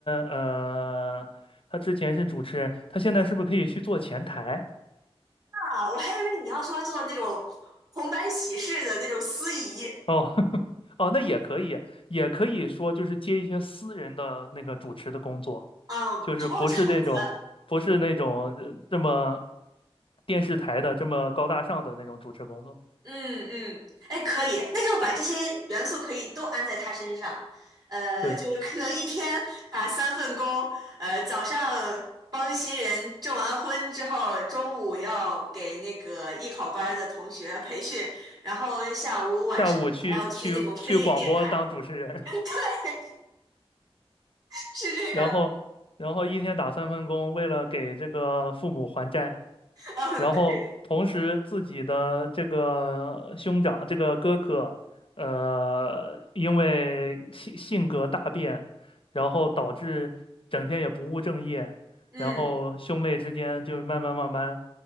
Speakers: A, on the left; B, on the right.
A: 呃，他之前是主持人，他现在是不是可以去做前台？
B: 啊，我还以为你要说做那种红白喜事的那种司仪，
A: 哦，哦，那也可以，也可以说就是接一些私人的那个主持的工作，
B: 嗯，
A: 就是不是那种不是那种呃这么
B: 跑跑场子，
A: 电视台的这么高大上的那种主持工作。
B: 嗯嗯，哎，可以，那就把这些元素可以都安在他身上，呃，
A: 对，
B: 就是可能一天打三份工，呃，早上帮新人证完婚之后，中午要给那个艺考班儿的同学培训，然后下午晚上还要去那种深夜电台，
A: 下午去去去广播当主持人，
B: <laughs> 对，是这样，
A: <laughs> 然后然后一天打三份工，为了给这个父母还债。
B: 嗯，
A: 然后同时自己的这个兄长，
B: 对，
A: 这个哥哥，呃，因为性性格大变，然后导致整天也不务正业，
B: 嗯，
A: 然后兄妹之间就是慢慢慢慢